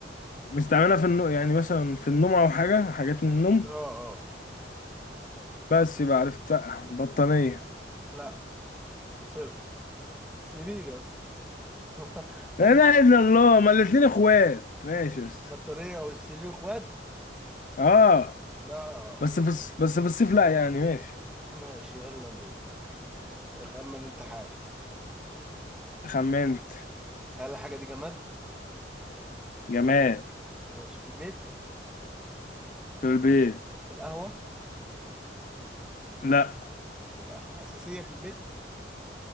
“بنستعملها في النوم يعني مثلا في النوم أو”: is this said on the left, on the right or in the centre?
Left